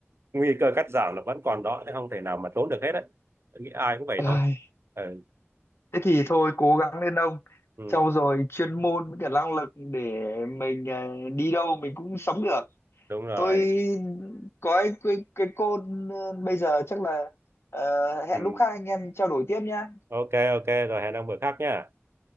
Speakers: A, on the right; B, on the left.
A: nguy cơ cắt giảm là vẫn còn đó chứ không thể nào mà trốn được hết đấy Tôi nghĩ ai cũng vậy
B: Ôi,
A: thôi ừ,
B: Thế thì thôi cố gắng lên ông
A: ừ
B: sau rồi chuyên môn với cả năng lực để mình ờ, đi đâu mình cũng sống được
A: đúng rồi
B: Tôi có cái, cái, cái côn ờ, bây giờ chắc là ờ, hẹn
A: ừ.
B: lúc khác anh em trao đổi tiếp nhá
A: ok ok rồi hẹn ông bữa khác nhá